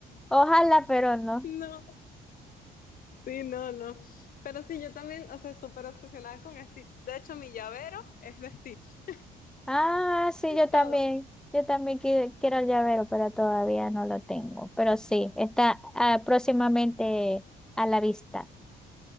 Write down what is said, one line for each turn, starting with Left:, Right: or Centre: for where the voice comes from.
Centre: Ojalá, pero no.
Left: No, sí, no, no. Pero sí, yo también, o sea, súper obsesionada con Stitch. De hecho, mi llavero es de Stitch.
Centre: Ah, sí, yo
Left: <laughs> Todo.
Centre: también. Yo también qui- quiero el llavero, pero todavía no lo tengo. Pero sí, está ah, próximamente a la vista.